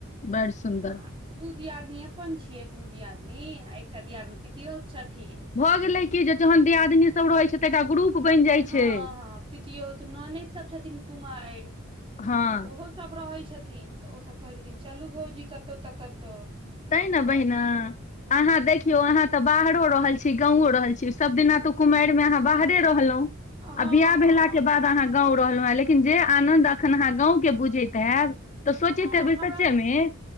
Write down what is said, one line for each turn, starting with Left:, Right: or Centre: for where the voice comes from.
Left: बड़ सुन्दर
Right: आ दू दियादिनी अपन छियै दुनू दियादिनी आ एकटा दियादिनी पितियौत छथिन
Left: भैलै की जे जहन देह आदनी सब रह छै तऽ एकटा
Right: आ
Left: ग्रुप बनि जाइ
Right: हँ
Left: छै
Right: हँ पितियो तऽ ननैद सब छथिन कुमारि
Left: हँ
Right: तऽ ओहो सब रहै छथिन तऽ ओसभ कहै छथिन चलू भौजी कतहु तऽ कतहु
Left: तैं ने
Right: तऽ तहन
Left: बहिना
Right: सबगोटा
Left: अहाँ देखियौ अहाँ तऽ बाहरो रहल छी गाँवो रहल छी सब दिना तऽ कुमारि में आहाँ
Right: हँ
Left: बाहरे रहलौ
Right: हँ
Left: आ वियाह
Right: हँ
Left: भेला के बाद गाँव रहलहुँ हेँ लेकिन जे आनंन्द अखन अहाँ गाँव के बुझैत आयब तऽ सोचे
Right: हँ
Left: ते भी सच्चे
Right: हमरा
Left: में